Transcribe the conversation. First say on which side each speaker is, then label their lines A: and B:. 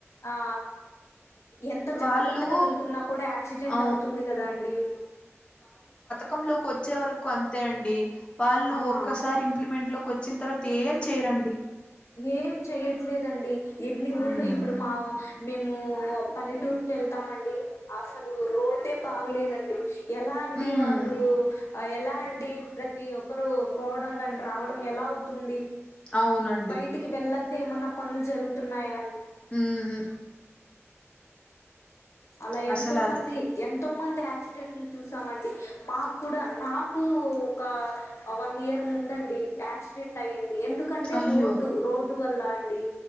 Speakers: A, on the left (about 70°); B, on the left (about 20°).
A: ఆ ఎంత
B: వాళ్ళు
A: జాగ్రత్తగా వెళ్తున్నా కూడా యాక్సిడెంట్
B: ఆ
A: అవుతుంది కదా అండి
B: కంలోకి వచ్చే వరకు అంతే అండి వాళ్ళు
A: ఆ
B: ఒక్కసారి ఇంప్లిమెంట్ లోకి వచ్చిన తర్వాత ఏం చేరండి
A: ఏం చెయ్యట్లేదండి ఎన్ని ఊర్లు
B: హ్మ్.
A: ఇప్పుడు మా మేము పల్లెటూర్కిి వెళ్తామండి అ అసలు రోడ్డే బాగలేదండి ఎలా అండి
B: హ్మ్.
A: వాళ్ళు ఎలా అండి ప్రతి ఒక్ క్కరు పోవడం కాని రావడం ఎలా అవుతుంది
B: అవునండి.
A: బయటికి వెళ్ళ ది ఏమన్నా పనులు జరుగుతున్నాయా
B: మ్ హు
A: అలా ఎంతో
B: అసలది
A: మంది ఎం తో మంది యాక్సిడెంట్లు చూసామండి మాకు కూడా నాకు ఒక వన్ ఇయర్ ముందండి యాక్సిడెంట్ అయ్యంది ఎందుకంటే
B: అయ్యో!
A: రోడ్డు రోడ్డు వల్ల అండి